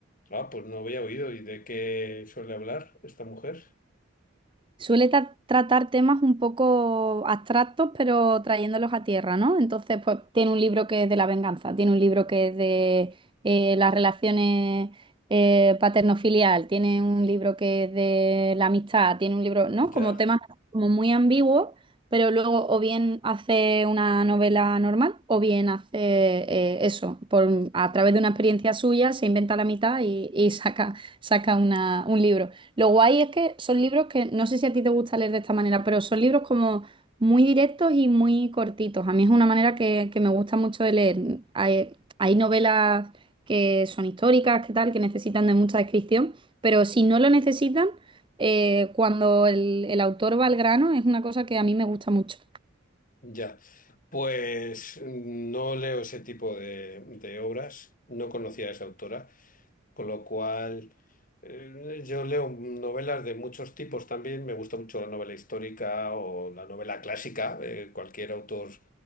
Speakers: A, on the left; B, on the right.
A: Ah, pues no había oído. ¿Y de qué suele hablar esta mujer?
B: Suele tra- tratar temas un poco abstractos, pero trayéndolos a tierra, ¿no? Entonces, pues tiene un libro que es de la venganza, tiene un libro que es de eh, las relaciones eh, paterno-filial, tiene un libro que es de la amistad, tiene un libro, ¿no?
A: Ya,
B: Como temas como muy ambiguos, pero luego o bien hace una novela normal o bien hace eh, eso, por, a través de una experiencia suya se inventa la mitad y, y saca, saca una- un libro. Lo guay es que son libros que no sé si a ti te gusta leer de esta manera, pero son libros como muy directos y muy cortitos. A mí es una manera que, que me gusta mucho de leer. Hay, hay novelas que son históricas, que tal, que necesitan de mucha descripción, pero si no lo necesitan, eh, cuando el, el autor va al grano, es una cosa que a mí me gusta mucho.
A: ya. Pues mm, no leo ese tipo de, de obras. No conocía a esa autora. Con lo cual, eh, yo leo novelas de muchos tipos también. Me gusta mucho la novela histórica o la novela clásica, eh, cualquier autor